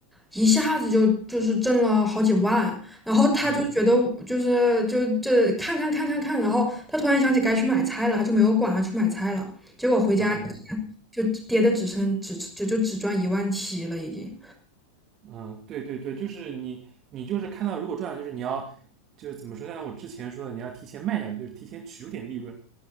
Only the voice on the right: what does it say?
嗯，
然后呢？
嗯，对对对，就是你，你就是看到如果赚了，就是你要，就是怎么说？像我之前说的，你要提前卖掉，就是提前取出点利润，